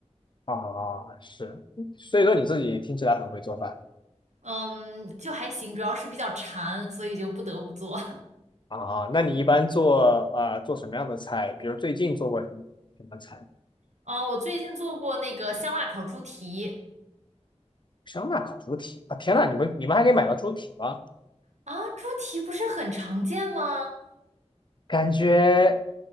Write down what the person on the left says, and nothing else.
啊，啊是，所以说你自己听起来很会做饭
啊，啊那你一般做啊做什么样的菜？比如最近做过什么什么菜？
香辣烤猪蹄啊！天呐，你们你们还可以买到猪蹄吗？
感觉